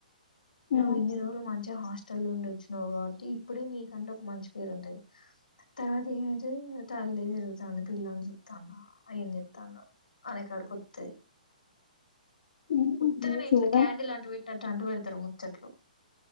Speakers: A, on the left; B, on the left.
A: నువ్
B: ఆ,
A: ఇన్ని రోజులు మంచిగా హస్ట్ ల్ నుండి వచ్చినావు కాబట్టి ఇప్పుడే నీకంటే ఒక మంచి పేరు ఉంటది తర్వాత ఏమైతంది <unintelligible> పిల చుతాంద ఏమి చేస్తుందో అనే కాడు కొత్త
B: ఇంక
A: ముత్తగానే ఇట్లా
B: చూడాలి
A: కాండిల్ అంటూ పెట్టినట్టు అంటూ పెడతు ఉత్తరుముచ్చట్లు